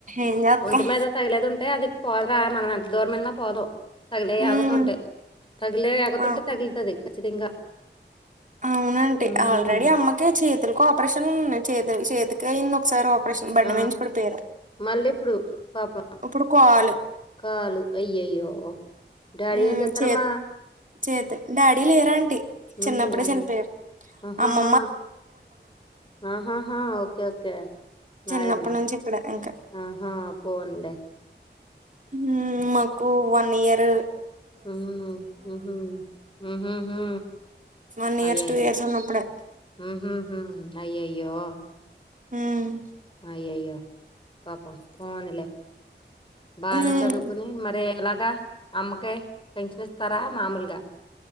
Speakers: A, on the right; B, on the left.
A: ఏం చేస్తాం
B: ఒంటి మీద తగిలేదు ఉంటే అది పోదురా మనం ఎంత దూరమేలిన పోదు తగిలే యోగత
A: ఉమ్,
B: ఉంటే తగిలే యోగత
A: ఆ
B: ఉంటే తగిలతది ఖచ్చితంగా
A: అవునండి
B: హ్మ్.
A: ఆల్రెడీ అమ్మకి చేతులకు ఆపరేషన్ ఉన్నాయి. చేతుల చేతికి అయింది ఒకసారి ఆప ఆపరేశన్ బండిమించి
B: ఆ!
A: పడిపోయింది
B: మళ్ళీ ఇప్పుడు పాపం
A: ఇప్పుడు కాలు
B: కాలు అయ్యయ్యో డాడీ
A: హ్మ్
B: ఏం చేత్తరమ్మ
A: చేత్ చేతు డాడీ లేరు అంటి
B: హుహు.
A: చిన్నప్పుడే
B: డ్యాడీ
A: చనిపోయారు
B: ఆహాహా!
A: అమ్మ
B: ఆహాహా ఓకే ఓకే నాయమ్మ
A: చిన్నప్పటి నుంచి ఇక్కడ ఇంకా
B: ఆహా పొండ్లే
A: ఉమ్ మాకు వన్ ఇయరూ
B: ఉమ్ ఉమ్ ఉహుహు
A: వన్ ఇయర్స్
B: అయ్యయ్యో
A: టూ ఇయర్స్ ఉన్నప్పుడే
B: ఉహుహుమ్ అయ్య అయ్యో
A: హ్మ్
B: అయ్యయ్యో పాపం పోనలే బానే
A: హ్మ్
B: చదువుకుని మరే ఎలాగా అమ్మకే పింఛనిస్తారా మాములుగా